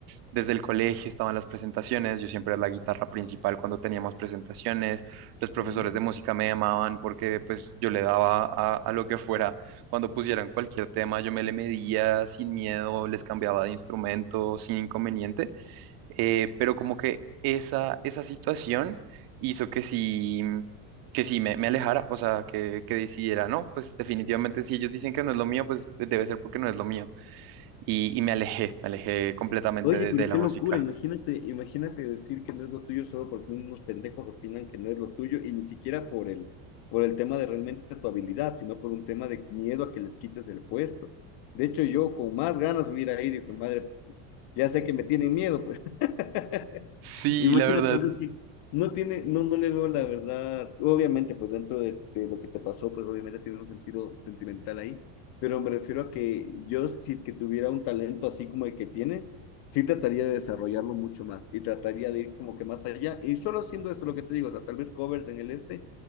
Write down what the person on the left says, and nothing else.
Mm.
Oye,
pero
qué
locura. Imagínate, imagínate decir que no es lo tuyo solo porque unos pendejos opinan que no es lo tuyo y ni siquiera por el, por el tema de realmente tu habilidad, sino por un tema de miedo a que les quites el puesto. De hecho, yo con más ganas hubiera ido, hijo de madre, Ya sé que me tienen miedo, pues. <laughs>
Imagínate,
entonces que no tiene, no, no le veo la verdad. Obviamente, pues dentro de, de lo que te pasó, pues obviamente tiene un sentido sentimental ahí, pero me refiero a que yo, si es que tuviera un talento así como el que tienes, sí trataría de desarrollarlo mucho más y trataría de ir como que más allá. Y solo haciendo esto, lo que te digo, o sea, tal vez covers en el este